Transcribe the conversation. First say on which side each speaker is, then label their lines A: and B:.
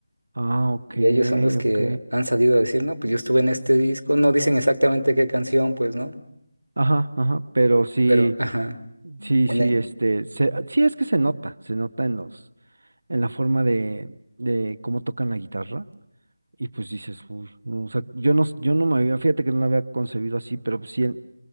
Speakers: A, on the right; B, on the right.
A: Ah, ok,
B: Y ellos son los que
A: ok.
B: han salido a decir, no, pues yo estuve en este disco, no dicen exactamente qué canción, pues, ¿no?
A: Ajá, ajá. Pero sí,
B: Pero, ajá,
A: sí,
B: en
A: sí,
B: el...
A: este, se- sí es que se nota, se nota en los, en la forma de, de cómo tocan la guitarra. Y pues dices, uy, no, o sea, yo no, yo no me había, fíjate que no lo había concebido así, pero pues sí, en-